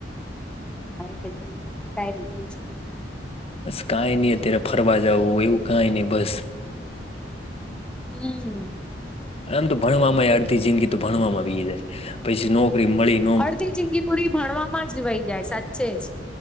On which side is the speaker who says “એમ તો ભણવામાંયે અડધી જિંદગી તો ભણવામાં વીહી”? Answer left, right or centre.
Left